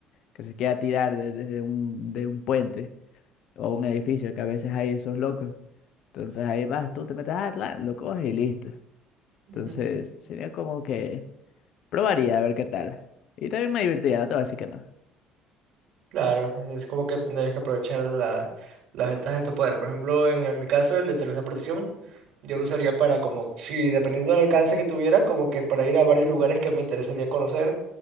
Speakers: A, on the left; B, on the right.
A: que se quiera tirar de- desde un, de un puente o un edificio, que a veces hay esos locos. Entonces ahí vas, tú te metes, ah, tla, lo coges y listo. Entonces
B: Ujú,
A: sería como que Probaría a ver qué tal. Y también me divertiría, no te voy a decir que no.
B: Claro, es como que tendrías que aprovechar la, las ventajas de tu poder. Por ejemplo, en, el- mi caso, el de teletransportación, yo lo usaría para como, si dependiendo del alcance que tuviera, como que para ir a varios lugares que me interesaría conocer,